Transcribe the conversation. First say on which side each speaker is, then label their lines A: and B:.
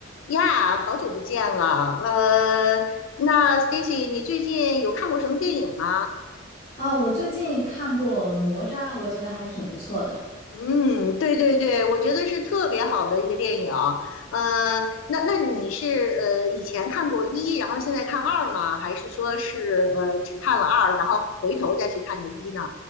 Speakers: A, on the left; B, on the left.
A: 呀，好久不见了。呃，那 Stacy，你最近有看过什么电影吗？
B: 哦，我最近看过《哪吒》，我觉得还挺不错的。
A: 嗯，对对对，我觉得是特别好的一个电影。呃，那那你是呃以前看过一，然后现在看二吗？还是说是呃只看了二，然后回头再去看的一呢？